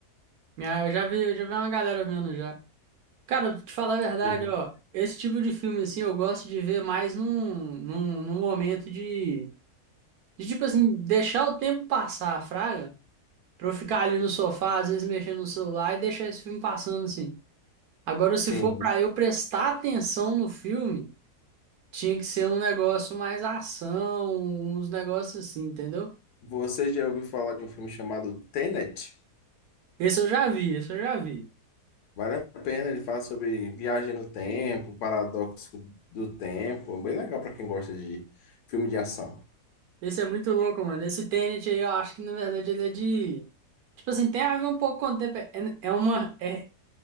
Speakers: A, on the right (about 70°); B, on the left (about 75°).
A: Minha- Eu já vi, eu já vi uma galera vendo já. Cara, pra te falar a verdade,
B: Sim.
A: ó, esse tipo de filme, assim, eu gosto de ver mais num, num, num momento de, de, tipo assim, deixar o tempo passar, fraga, pra eu ficar ali no sofá, às vezes mexendo no celular e deixar esse filme passando, assim. Agora,
B: Sim.
A: se for pra eu prestar atenção no filme, tinha que ser um negócio mais ação, uns negócios assim, entendeu?
B: Você já ouviu falar de um filme chamado Tenet?
A: Esse eu já vi, esse eu já vi.
B: Vale a pena. Ele fala sobre viagem no tempo, paradoxo do tempo. É Bem legal para quem gosta de filme de ação.
A: Esse é muito louco, mano. Esse Tenet aí, eu acho que, na verdade, ele é de... Tipo assim, tem a ver um pouco com o tempo. É, é uma. É